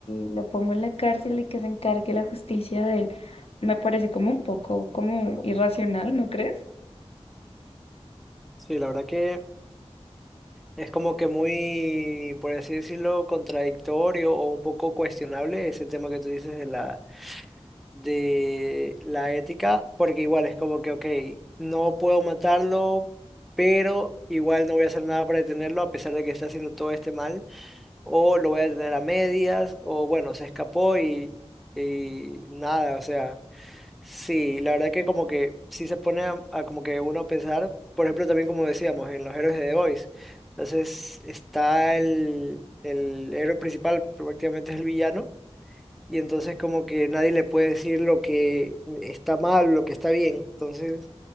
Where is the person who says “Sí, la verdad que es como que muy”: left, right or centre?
Centre